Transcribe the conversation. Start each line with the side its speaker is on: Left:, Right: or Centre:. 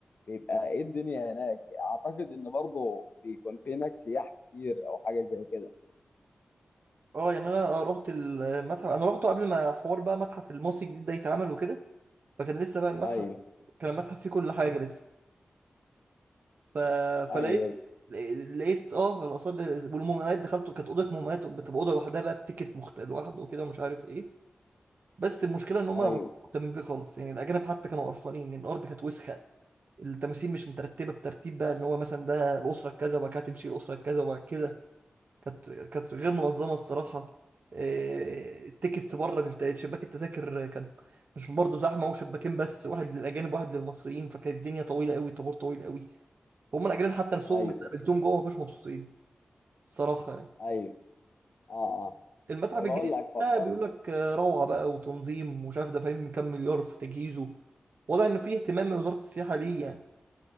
Left: بيبقى ايه الدنيا هناك اعتقد ان برضه بيكون في هناك سياح كتير او حاجه زي كده
Right: أه يعني أنا آه، رحت المتحف أنا رحته قبل ما حوار بقى متحف المصري الجديد ده يتعمل وكده فكان لسه بقى المتحف
Left: ايوه
Right: كان المتحف فيه كل حاجة لسه ف...
Left: ايوه
Right: فلقيت لقيت اه الاثار والمومياوات دخلت كانت اوضه مومياوات بتبقى اوضه لوحدها بقى بتيكت مخت... لوحده وكده ومش عارف ايه بس المشكله ان هم
Left: ايوه
Right: ما كانوش مهتمين بيه خالص يعني الاجانب حتى كانوا قرفانين ان الارض كانت وسخه التماثيل مش مترتبه بترتيب بقى ان هو مثلا ده الاسره كذا وبعد كده تمشي الاسره كذا وبعد كده كانت كانت غير منظمه الصراحه إيه، التيكتس بره الت- شباك التذاكر كان مش برضه زحمه وشباكين بس واحد للاجانب واحد للمصريين فكانت الدنيا طويله قوي طابور طويل قوي فهم الاجانب حتى نفسهم
Left: ايوه
Right: اللي قابلتهم جوه ما كانوش مبسوطين الصراحه يعني.
Left: ايوه اه آه.
Right: المتحف
Left: زي
Right: الجديد
Left: ما اقول لك فكرت
Right: ده بيقول لك آه، روعة بقى وتنظيم ومش عارف دافعين كام مليار في تجهيزه واضح إنه فيه اهتمام من وزارة السياحة ليه يعني